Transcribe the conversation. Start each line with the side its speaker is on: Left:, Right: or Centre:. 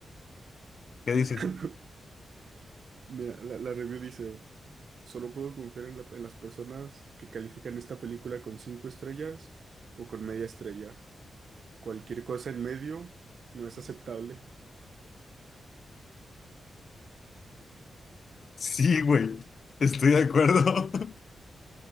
Left: ¿Qué
Right: <laughs>
Left: dices?
Right: Mira, la, la review dice: Solo puedo confiar en, la- en las personas que califican esta película con cinco estrellas o con media estrella. Cualquier cosa en medio no es aceptable.
Left: Sí, güey, estoy de acuerdo. <laughs>